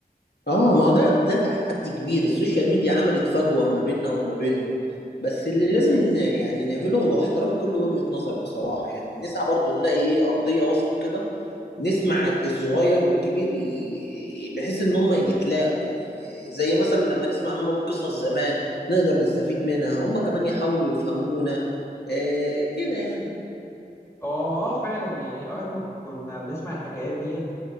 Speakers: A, on the left; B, on the left.
A: اه ما هو ده ده تحدي كبير السوشيال ميديا عملت فجوة ما بيننا وما بينهم بس اللي لازم ن- يعني نعمله هو احترام كل وجهة نظر بصراحة يعني نسعى برضو نلاقي ايه أرضية وسط كده نسمع الصغير والكبير ي- بحيث ان هم يتلاقوا يعني زي مثلا لما نسمع منهم قصص زمان نقدر نستفيد منها هم كمان يحاولوا يفهمونا آه كده يعني
B: اه اه فعلا يعني اوقات ما كنا بنسمع الحكايات ديت